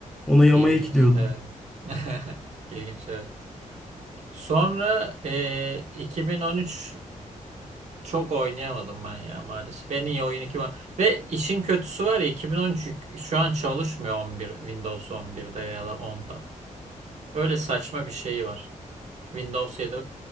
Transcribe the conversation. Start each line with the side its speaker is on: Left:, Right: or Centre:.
Centre: Onu yamaya
Right: İlginç.
Centre: ekliyordum.
Right: Evet. <laughs> İlginç. Evet. Sonra e, 2013 Çok oynayamadım ben ya maalesef. En iyi oyun iki var Ve işin kötüsü var ya 2013 yük- şu an çalışmıyor 11 Windows 11'de ya da 10'da. Öyle saçma bir şey var. Windows 7